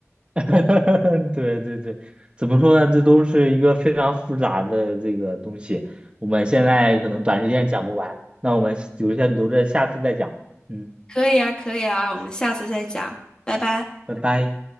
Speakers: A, on the right (about 20°); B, on the left (about 15°).
A: <laughs> 对对对，怎么说呢？这都是一个非常复杂的这个东西，我们现在可能短时间讲不完，那我们留下留着下次再讲。嗯，
B: 可以啊，可以啊，我们下次再讲，拜拜。
A: 拜拜。